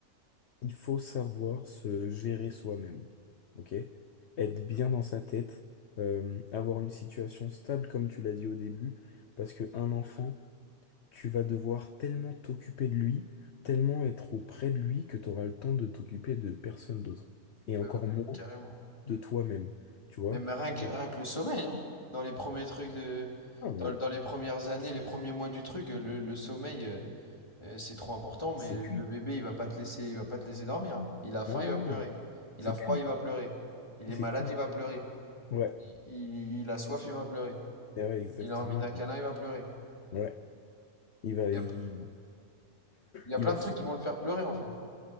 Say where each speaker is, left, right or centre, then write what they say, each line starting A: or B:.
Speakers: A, on the left; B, on the left.
A: il faut savoir se gérer soi-même. OK? Être bien dans sa tête, euh, avoir une situation stable, comme tu l'as dit au début, parce que un enfant, tu vas devoir tellement t'occuper de lui, tellement être auprès de lui que tu auras le temps de t'occuper de personne d'autre. Et
B: Mais,
A: encore
B: mais
A: moins
B: carrément.
A: de toi-même. Tu vois?
B: Mais, mais rien que,
A: Donc,
B: rien que le sommeil, hein. Dans les premiers trucs de.
A: ah, mais
B: Dans, dans les premières années, les premiers mois du truc, euh, le, le sommeil, euh, euh, c'est trop important, mais
A: c'est
B: le
A: cuit.
B: bébé, il va pas te laisser, il va pas te laisser dormir. Il a faim,
A: Ah, ouais,
B: il va
A: ouais.
B: pleurer.
A: ouais.
B: Il
A: c'est
B: a froid,
A: cuit.
B: il va pleurer. Il
A: C'est
B: est malade,
A: cuit.
B: il va pleurer.
A: Ouais,
B: Il, il- il a soif, il va pleurer.
A: eh ouais, exactement.
B: Il a envie d'un câlin, il va pleurer.
A: Ouais, il va,
B: Il
A: il,
B: y a, il y a
A: il
B: plein
A: va
B: de
A: souvent.
B: trucs qui vont le faire pleurer, en fait.